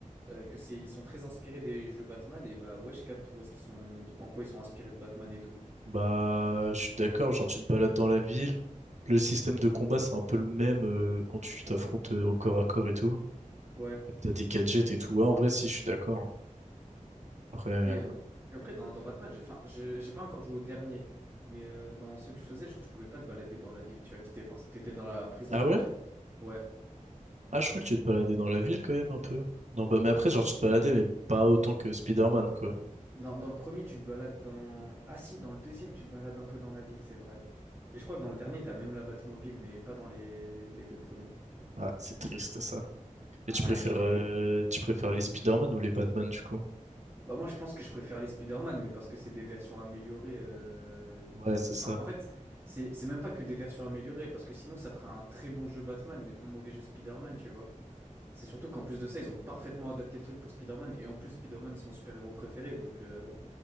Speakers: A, on the right; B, on the right.
A: euh, que c'est ils sont très inspirés des jeux Batman et bah ouais je capte où est-ce qu'ils sont en quoi ils sont inspirés de Batman et tout
B: Bah, je suis d'accord, genre tu te balades dans la ville, le système de combat c'est un peu le même euh, quand tu t'affrontes euh, au corps à corps et tout.
A: Ouais.
B: T'as des gadgets et tout. Ouais, en vrai si je suis d'accord. hein. Après euh,
A: Mais euh, après, dans, dans Batman, j'ai, enfin, je- j'ai pas encore joué au dernier. Mais euh, dans ce que je faisais, genre, tu pouvais pas te balader dans la ville. Tu vois, t'étais forc- t'étais dans la prison
B: Ah
A: d'Arkham.
B: ouais?
A: Ouais.
B: Ah je crois que tu te baladais dans la ville quand même un peu. Non bah mais après genre tu te baladais mais pas autant que Spider-Man quoi.
A: Dans, dans le premier, tu te balades dans. Ah si, dans le deuxième, tu te balades un peu dans la ville, c'est vrai. Et je crois que dans le dernier, t'as même la Batmobile, mais pas dans les, les les deux premiers.
B: Ah, c'est triste ça. Et
A: Ouais,
B: tu préfères
A: je te
B: euh,
A: jure.
B: tu préfères les Spider-Man ou les Batman du coup?
A: Bah moi je pense que je préfère les Spider-Man, mais parce que c'est des versions améliorées euh, de...
B: Ouais, c'est
A: Enfin,
B: ça.
A: en fait, c'est c'est même pas que des versions améliorées, parce que sinon ça ferait un très bon jeu Batman, mais pas un mauvais jeu Spider-Man, tu vois. C'est surtout qu'en plus de ça, ils ont parfaitement adapté le truc pour Spider-Man. Et en plus, Spider-Man, c'est mon super-héros préféré. Donc, euh,